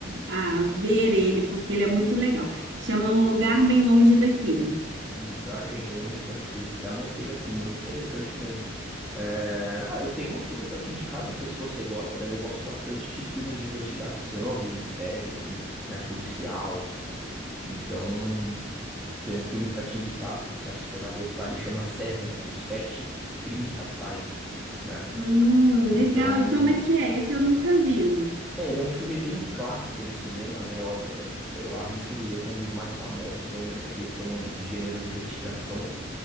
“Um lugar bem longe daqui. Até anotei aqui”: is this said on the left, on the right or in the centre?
Centre